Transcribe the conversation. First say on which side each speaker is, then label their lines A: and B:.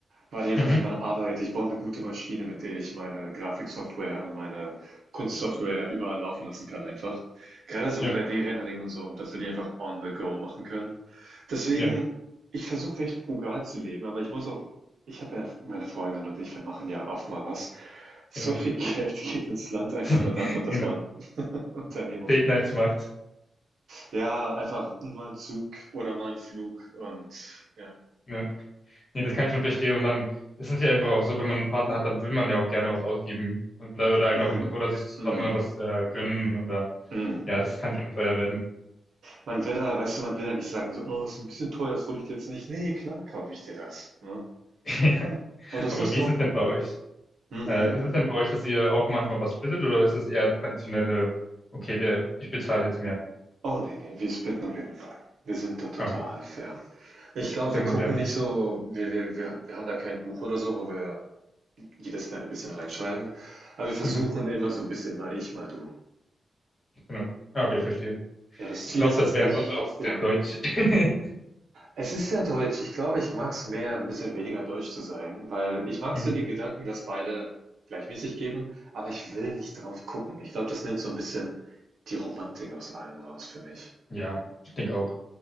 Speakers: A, on the right (about 80°); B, on the left (about 45°).
A: weil ich einfach
B: Mhm.
A: für meine Arbeit ich brauche eine gute Maschine, mit der ich meine Grafiksoftware und meine Kunstsoftware überall laufen lassen kann einfach. Gerade so
B: Ja,
A: 3D-Rendering und so, dass wir die einfach on the go machen können. Deswegen,
B: ja,
A: ich versuche recht frugal zu leben, aber ich muss auch ich habe ja meine Freundin und ich, wir machen ja oft mal was. So
B: genau.
A: viel <laughs> Geld geht ins Land einfach
B: <laughs>
A: nur davon, dass
B: Genau.
A: man <laughs> Unternehmung
B: Date
A: macht.
B: Nights macht.
A: Ja, einfach mal ein Zug oder mal ein Flug und ja.
B: Ja. Nee, das kann ich schon verstehen. Und dann ist es ja einfach auch so, wenn man einen Partner hat, dann will man ja auch gerne was ausgeben. Und, da- oder einfach
A: Mhm.
B: oder sich zusammen
A: Mhm.
B: mal was äh, gönnen oder
A: Mhm.
B: ja, das kann schon teuer werden.
A: Man will da weißt du, man will da nicht sagen so: „Oh, ist ein bisschen teuer, das hole ich dir jetzt nicht.“ nee klar kaufe ich dir das, ne?
B: <laughs> Ja.
A: Klar. Oh, das
B: Aber
A: Lust
B: wie
A: drauf.
B: ist es denn bei euch?
A: Hm. Mhm.
B: Äh, ist es denn bei euch, dass ihr auch manchmal was splittet oder ist es eher traditionelle, okay, der, ich bezahle jetzt mehr?
A: Oh, nee nee wir splitten auf jeden Fall. Wir sind da total
B: Ah, Okay,
A: fair. Ich glaube,
B: sehr
A: wir
B: modern.
A: gucken nicht so wir wir wir wir haben da kein Buch oder so, wo wir jedes kleine bisschen reinschreiben, aber wir
B: Mhm,
A: versuchen immer so ein bisschen mal ich, mal du.
B: genau. Ah, Okay, verstehe.
A: Ja, das
B: Ich
A: Ziel
B: glaube,
A: ist
B: das
A: jetzt
B: wäre
A: nicht
B: sonst auch sehr
A: ja.
B: deutsch.
A: hm.
B: <laughs>
A: Es ist ja deutsch. Ich glaube, ich mag es mehr, ein bisschen weniger deutsch zu sein, weil ich mag
B: Mhm.
A: so den Gedanken, dass beide gleichmäßig geben, aber ich will nicht drauf gucken. Ich glaube, das nimmt so ein bisschen die Romantik aus allem raus für mich.
B: Ja, ich denke auch.